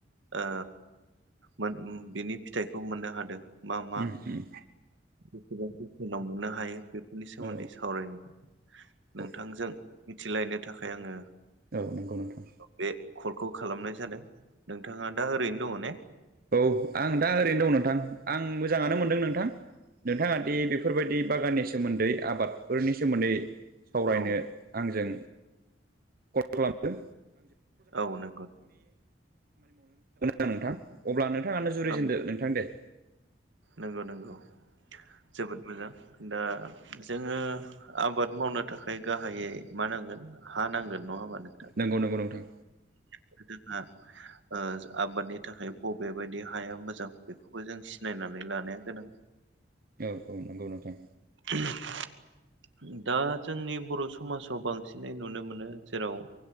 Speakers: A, on the right (about 85°); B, on the right (about 50°).
A: ओ मोन बिनि फिथाइखौ मोननो हादों। मा मा
B: उम उम
A: बेसेबां बोसोनाव मोननो हायो बेफोरनि सोमोन्दै
B: औ
A: सावरायनो नोंथांजों
B: औ
A: मिथिलायनो थाखाय आंङो।
B: औ नोंगौ नोंथां
A: बे कलखौ खालामनाय जादों नोंथाङा दा ओरैनो दंङ' ने
B: औ आं दा ओरैनो दं नोंथां आं मोजाङानो मोनदों नोंथां नोंथां दि बेफोरबायदि बागाननि सोमोन्दै आबादफोरनि सोमोन्दै सावरायनो
A: औ
B: आंजों कल खालामदों
A: औ नंगौ
B: आंजों <unintelligible> अब्ला नोंथाङानो जुरिजेनदो
A: औ
B: नोंथां दे
A: नंगौ नंगौ जोबोद मोजां दा जोंङो। आबाद मावनो थाखाय गाहायै मा नांगोन हा नांगोन नंङा होमबा नों
B: नंगौ नंगौ नोंथां
A: <unintelligible> ओ आबादनि थाखाय बबे बायदि हाया मोजां बेखौबो जों सिनायनां लानाया गोनां
B: औ औ नंगौ नोंथां
A: <unintelligible> दा जोंनि बर' समाजाव बांसिनै नुनो मोनो जेराव